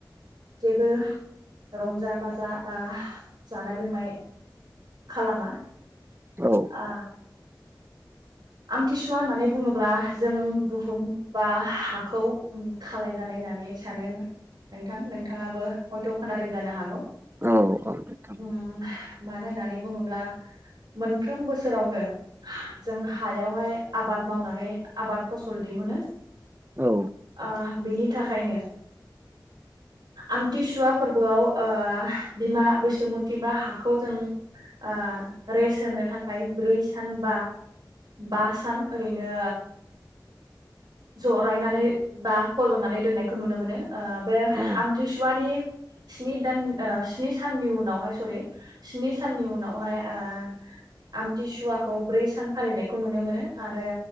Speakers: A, on the right; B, on the right.
A: जेबो रंजा बाजा बा जानाय लोंनाय खालामा।
B: औ
A: आ आमथिसुवा होननानै बुङोब्ला जों बुहुम बा हाखौ खालाय जानाय होननानै सानो नोंथां नोंथांङाबो हयथ खोनादों जानो हागौ
B: औ औ नोंथां
A: उम <unintelligible> मानो होननानै बुङोब्ला मोनफ्रोम बोसोरावनो जों हायावहाय आबाद मावनानै आबाद फसल दिहुनो
B: औ
A: ओ बिनि थाखायनो आमथिसुवा फोरबोआव ओ बिमा बैसोमुथि बा हाखौ जों ओ रेस्ट होनो थाखाय ब्रै सान बा बा सान ओरैनो जरायनानै बा फजनानै दोननायखौ नुनो मोनो ओ बे
B: औ
A: आमथिसुवानि स्नि दान ओ स्नि साननि उनावहाय सरि स्नि साननि उनावहाय ओ आमथिसुवाखौ ब्रै सान फालिनायखौ नुनो मोनो आरो